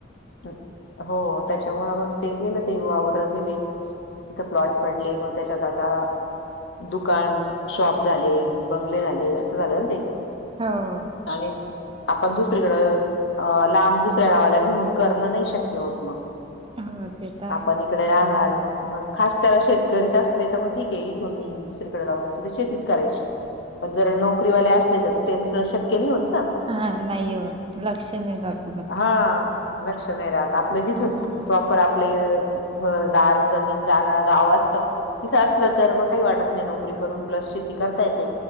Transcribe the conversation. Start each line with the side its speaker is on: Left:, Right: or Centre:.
Left: ट हो त्याच्यामुळं मग ते गेलं तर वावराय गेले. तिथं प्लॉट पडले मग त्याच्यात आता. दुकान शॉप झाले बंगले झाले असं झाले ना ते.
Right: हो
Left: आणि आपण दुसरीकडें अ लांब दुसऱ्या गावाला घेऊन. करणं नाही शक्य होत मग.
Right: मग ते काय.
Left: आपण इकडे राहणार मग खास त्याला शेतकरीच असले तर मग ठीक आहे इथून मी. दुसरीकडे जाऊन तुला शेतीच करायची. पण जर नोकरीवाले असले तर त्यांच शक्य नाही होत ना.
Right: हा नाहीय होत लक्ष, नाही राहात, मग.
Left: हा. लक्ष नाही राहत आपलं जिथ.
Right: हम्म.
Left: प्रॉपर आपले घरदार जमीन जागा गाव असत. तिथं असलं तर मग काही वाटत नाही नोकरी करून प्लस शेती, करता येते.